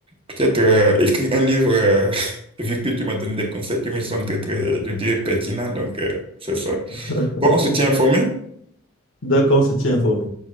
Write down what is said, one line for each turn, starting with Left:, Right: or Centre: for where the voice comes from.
Right: peut-être euh, écrire un livre, euh, <laughs> vu que tu m'as donné des conseils qui me sont très, très, je dirais, pertinents. Donc, euh, c'est ça.
Left: <laughs>
Right: Bon, on se tient informé.
Left: D'accord, on se tient informé.